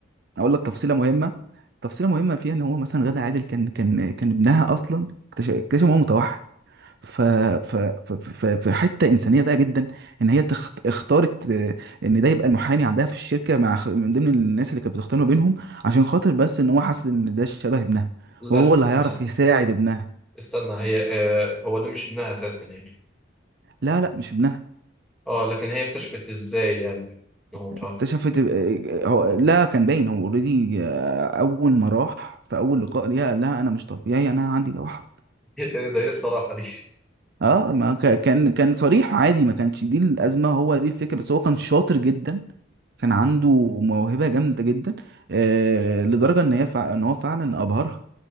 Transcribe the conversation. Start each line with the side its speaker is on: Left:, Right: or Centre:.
Right: أقول لك تفصيلة مهمة تفصيلة مهمة فيها إن هو مثلا غادة عادل كان كان كان ابنها أصلا اكتشف اكتشف إن هو متوحد ف... ف... ف... ف... في حته انسانيه بقى جدا ان هي تخ... اختارت آه، ان ده يبقى المحامي عندها في الشركه مع خ- من ضمن الناس اللي كانت بتختار ما بينهم عشان خاطر بس ان هو حاسس ان ده شبه ابنها
Centre: لا
Right: وهو
Centre: استنى
Right: اللي هيعرف يساعد ابنها
Centre: استنى هي آه هو ده مش ابنها اساسا يعني
Right: لا لا مش ابنها
Centre: اه لكن هي اكتشفت ازاي يعني انه متوحد
Right: اكتشفت
Centre: <laughs>
Right: اب- آه، هو لا كان باين هو اوريدي اول ما راح في اول لقاء ليها قال لها انا مش طبيعي انا عندي توحد
Centre: إيه ده ايه الصراحه دي
Right: اه ما ك- كان كان صريح عادي ما كانش دي الازمه هو دي الفكره بس هو كان شاطر جدا كان عنده موهبه جامده جدا آه لدرجه ان هي فع- ان هو فعلا ابهرها